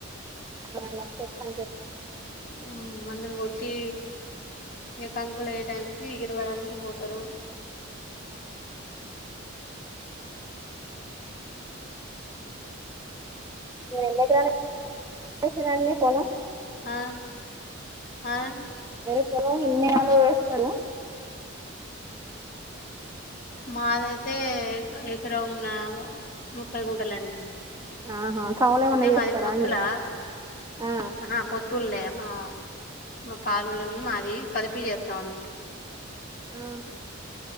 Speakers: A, on the right; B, on the left.
A: అవునా చెప్పండి చెప్పండ్
B: మ్మ్ మందులు కొట్టి ఏ కంకులు అయ్యే టైంకి ఎగిరవడానికి పోతరు.
A: మీరు ఎన్ని ఎకరాలు వేసిరండి పొలం
B: ఆ హా
A: వేరే పొలంలో ఇన్నిరాలో వేస్తరు
B: మాదయితే ఎకరం న్న ముప్పై గుంటలండి
A: ఆహా కౌలేమన్నా
B: అంటే
A: చేస్తారా
B: మాది పొత్తులా
A: అండి ఆ
B: ఆహా పొత్తుల్లే ఆ మా పాలొల్లది మాది కలిపి చేత్తాం అన్నట్టు
A: ఆ